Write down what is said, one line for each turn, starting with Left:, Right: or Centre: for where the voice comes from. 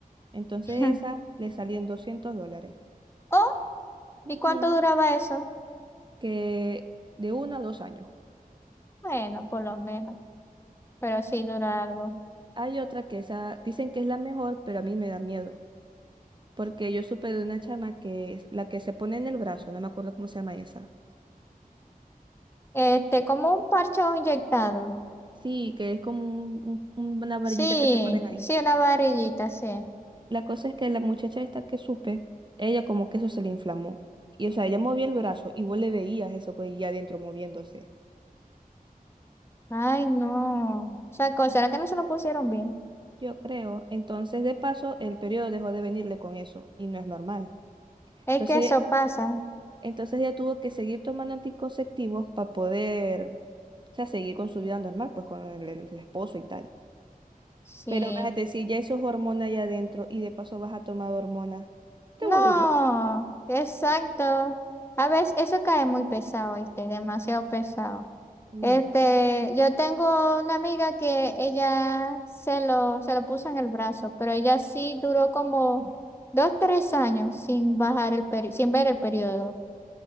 Right: Entonces
Left: <laughs>
Right: esa le salía en 200 dólares,
Left: Oh, ¿y
Right: Ujú.
Left: cuánto duraba eso?
Right: que de uno a dos años.
Left: Bueno, por lo menos, pero sí dura algo.
Right: Hay otra que esa, dicen que es la mejor, pero a mí me da miedo, porque yo supe de una chama que es la que se pone en el brazo, no me acuerdo cómo se llama esa.
Left: Este, como un parche inyectado.
Right: Sí, que es como un- un- un- una varillita
Left: Sí,
Right: que te ponen ahí.
Left: sí, una varillita, sí.
Right: La cosa es que la muchacha esta que supe, ella como que eso se le inflamó. Y o sea, ella movía el brazo y vos le veías eso que ella adentro moviéndose.
Left: Ay, no. O sea, co- ¿será que no se lo pusieron bien?
Right: Yo creo, entonces de paso el periodo dejó de venirle con eso y no es normal.
Left: Es
Right: Entonces
Left: que eso pasa.
Right: Entonces ella tuvo que seguir tomando anticonceptivos para poder, o sea, seguir con su vida normal, pues con el, el- el esposo y tal.
Left: Sí.
Right: Pero imagínate, si ya eso es hormona allá adentro y de paso vas a tomar hormonas, te
Left: No,
Right: vuelves loca.
Left: exacto. A veces eso cae muy pesado, este, demasiado pesado.
Right: Uy,
Left: Este,
Right: no.
Left: yo tengo una amiga que ella se lo, se lo puso en el brazo, pero ella sí duró como dos, tres años sin bajar el peri- sin ver el periodo.